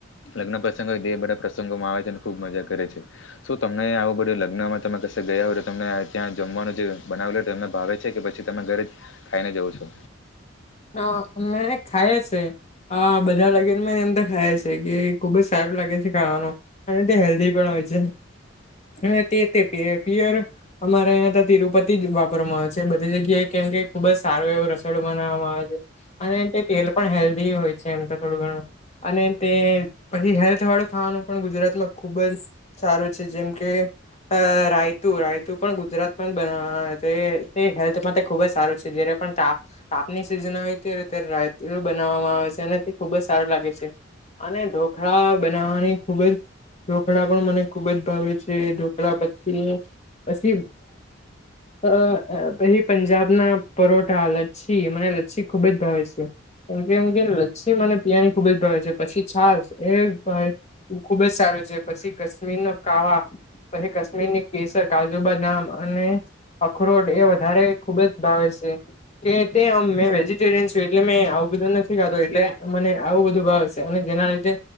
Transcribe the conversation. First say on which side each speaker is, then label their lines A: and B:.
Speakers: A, on the left; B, on the left.
A: લગ્ન પ્રસંગ હોય બધા પ્રસંગોમાં આવે છે. અને ખૂબ મજા કરે છે. શું તમને આવું બધું લગ્નમાં તમે ક ગયા હોય તો તમને ત્યાં જમવાનું જે બનાવ લે એમને ભાવે છે. કે પછી પછી તમે ઘરે જ ખાઈને જવ છો.
B: અ અમે ખાઈ છે. બધા લગીન મે એમ તો ખાય છે કે ખુબ જ લાગે છે. ખાવાનું અને તે હેલ્ધી હોય છે. અને તે તે પ પયર અમારે અહં તો તિરુપતિ જ વાપરવામાં આવે છે. બધી જગ્યાએ કેમ કે ખુબ જ સારો એવો રસોડો બનાવવામાં આવે છે. અને તેલ પણ હેલ્ધી હોય છે. એમ તો થોડું ઘણું અને તે પછી હેલ્થ વાળું ખાવાનું પણ ગુજરાતમાં ખુબ જ સારું છે. જેમ કે અ રાયતું રાયતું પણ ગુજરાતમાં જ બ તે હેલ્થ માટે ખુબ જ સારું છે. જ પણ તાપ તાપની સિઝન હો ત્યારે્યારે રાત બનાવવામાં આવે છે. અને તે ખુબ જ સારું લાગે છે. અને ઢોખળા બનાવવાની ખુબ જ ઢોકળા પણ મને ખુબ જ ભાવે છે. ઢોકળા પછી પછી અ પછી પંજાબના પરોઠા હા લછી મને પછી ખુબ જ ભાવે છે. કેમ કેમ લચ્સીમ મ અને પિયાની ખુબ જ ભાવે છે. પછી છાસ ભાવ ખુબ જ સારું છે. પછી કશ્મીરનો કાવા પછી કાશ્મીરની કેસર કાજુબદામ અને અખરોટ એ વધારે ખુબ જ ભાવે છે. કે તે આમ મેવે રયન એટલે મેં આવું બધું નથી ખાતો એટલે મને આવું બધું ભાવ છે. અને જેના લીધે